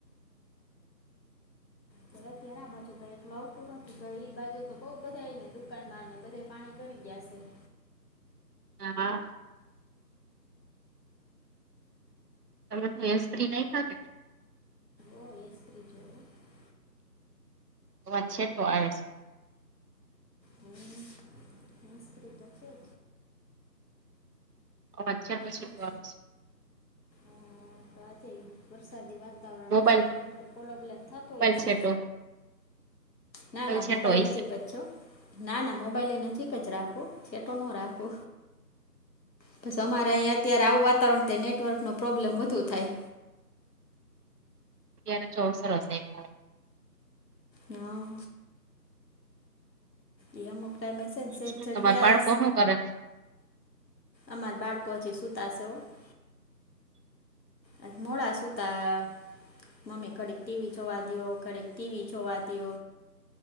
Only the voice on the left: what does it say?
હવેત્ય્યારે આ બાજુ કઈટું આવતું નતું તો એઈ બાજુ તો બઉ બધા ને દુકાનમાં ને બધા પાણી ચડિગયા છે.
ઓ એસ રી જો <unintelligible>
હ મસ્તીછે.
બસ
અ, તો વરસાદી વાતાવરણ
હ છે નેટવર્ પ્રોબ્લેમ થતો
હોય છે.
ના ના
મોબાઈલ
નજીક
જ છો ના ના મોબાઈલ એ નજીક જ રાખો છેટો ન રાખો બસ અમારે અહીંયા અત્યારે આવું વાતાવરણ નેટવર્કનો પ્રોબ્લેમ વધુ થાય.
હા એ અમુક ટાઈમે હ છે ને
શ
જગ્યા
અમાર બાળકો હછ સુુંતાશેવ-' આ મોડા સુુંતા મમ્મી ઘડિક ટીવી જોવા દે ઘડિક ટીવી જેવાદે